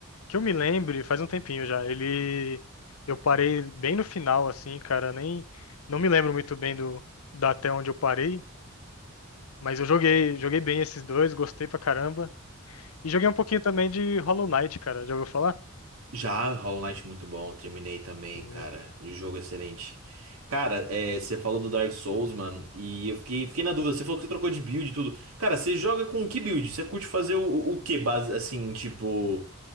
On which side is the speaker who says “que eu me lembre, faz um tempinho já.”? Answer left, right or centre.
Left